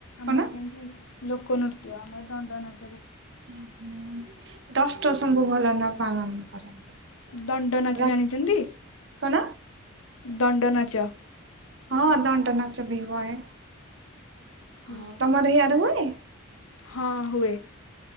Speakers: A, on the right (about 55°); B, on the left (about 75°).
A: କଣ
B: ଆମର କେମିତି? ଲୋକନୃତ୍ୟମ ଦଣ୍ଡନାଚ୍ୟ।
A: ହଁ ହୁଁ ଦଷ୍ଟ ସବୁ ଭଲ ନା ପାଲନ। କରନ୍ତି।
B: ଦଣ୍ଡନ ଅଛି
A: ରା
B: ଜାଣିଛନ୍ତି।
A: କଣ
B: ଦଣ୍ଡନାଚ।
A: ହଁ ଦଟନାଚ ବି ହୁଏ।
B: ହୁଁ।
A: ଓ ତମର ଏଇଆର ହୁଏନି।
B: ହଁ ହୁଏ।